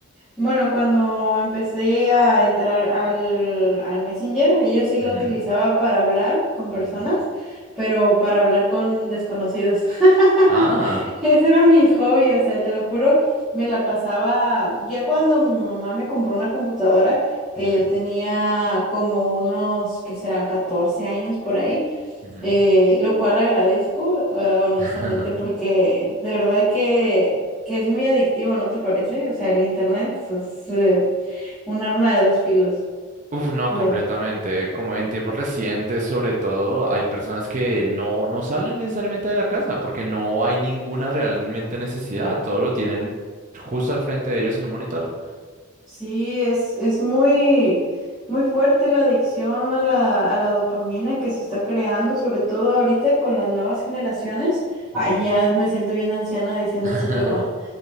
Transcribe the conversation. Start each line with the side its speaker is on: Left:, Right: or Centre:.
Centre: Bueno, cuando empecé a entrar al, al Messenger, yo sí lo
Right: Ujú,
Centre: utilizaba para hablar con personas,
Right: ujú.
Centre: pero para hablar con desconocidos. <laughs>
Right: Ah.
Centre: Ese era mi hobby, o sea, te lo juro, me la pasaba, ya cuando mi mamá me compró una computadora, que
Right: ujú,
Centre: yo tenía como unos, que serán 14 años por ahí,
Right: ujú.
Centre: eh, lo cual agradezco, eh, honestamente,
Right: <laughs>
Centre: porque de verdad que, que es muy adictivo, ¿no te parece? O sea, el internet es, eh, un arma de dos filos.
Right: Uf, no,
Centre: Lo-
Right: completamente. Como en tiempos recientes, sobre todo, hay personas que no, no salen necesariamente de la casa porque no hay ninguna realmente necesidad. Todo lo tienen justo al frente de ellos en un monitor.
Centre: sí, es, es muy, muy fuerte la adicción a la, a la dopamina que se está creando, sobre todo ahorita con las nuevas generaciones. Ay,
Right: Ujú.
Centre: ya me siento bien anciana diciendo
Right: <laughs>
Centre: eso, pero